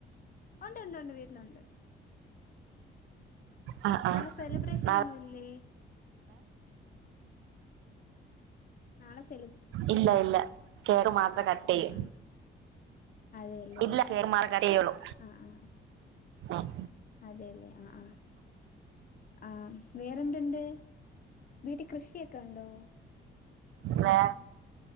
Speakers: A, on the left; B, on the right.
A: ഉണ്ടു ണ്ടു ണ്ട് വീട്ടിലുണ്ട്
B: ആഹ്
A: നാളെ
B: ആഹ്
A: സെലിബ്രേഷനൊന്നുല്ലേ
B: നാളെ
A: നാളെ സ്
B: ഇല്ല ഇല്ല കേക്ക് മാത്ര കട്ട് ചെയ്യൂ
A: ആ ആ അതെല്ലേ
B: ഇല്ല കേക്ക് മാത്രേ കട്ട് ചെയ്യുള്ളൂ
A: ആ ആ
B: ഉം
A: അതെല്ലേ ആ ആ ആ വേറെ എന്തുണ്ട് വീട്ടിൽ കൃഷിയൊക്കെണ്ടോ
B: വേ